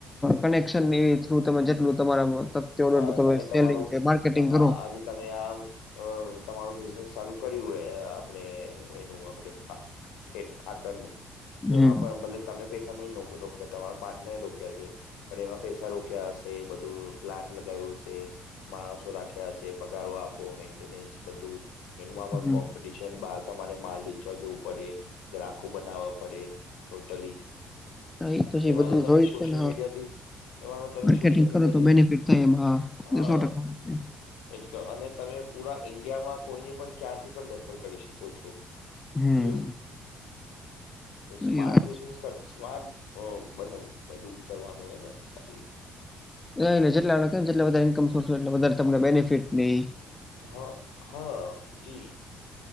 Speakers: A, on the left; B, on the left.
A: કનેક્શન થુ તમે જેટલું તમારા મા.
B: હા તમે
A: <inaudible> સેલિંગ
B: તમારું
A: કે માર્કેટિંગ
B: તો હા
A: કરું
B: આજે તમે આમ. અ તમારું બિઝનેસ ચાલુ કર્યું હોય અ આપણે એનું આપણે ખે ખાતરનું તો
A: હમ
B: એમાં પણ ભલે તમે પૈસા નહી નો રોક્યા તમારા પાર્ટનરે રોક્યા છે પણ એમાં પૈસા રોક કયા હશે બધું પ્લાન્ટ લગાવું હશે માણસો રાખ્યા હશે પગારો આપ. પો મન્ટેનેશ બઘું એનમા પણ
A: હમ
B: કોપટિ છન બહાર તમારે માલ વેચવા જવું પડે ગ્રાહકો બનાવવા પડે. ટોટલી
A: હા, એ છે
B: એમાં
A: બધું
B: તો તમે
A: જોઈ જ
B: સોશિયલ
A: છે ને હા
B: મીડિયાથી એમાં તો તમે
A: માર્કેટિંગ
B: સોશિયલ
A: કરો
B: મીડિયાથી
A: તો બેનિફિટ થાય એમાં
B: હા
A: સો ટકા વાત છે.
B: એકદમ અને તમે પુરા ઈન્ડિયામાં કોઈને પણ ક્યાંથી પણ રેફર કરી શકો છો
A: હમ.
B: એવું તો સ્માર્ટ
A: એ વાત
B: બિઝનેસ
A: છે.
B: સ્માર્ટ બનવું બધું કરવાનું હે ને સારી રીતે
A: કઈ ની જેટલાં ની જેટલા બધ્યે ઇનકમ સોર્સ હો્યે એલા બધા ને બેનિફિટ નિઇ
B: હા હા જી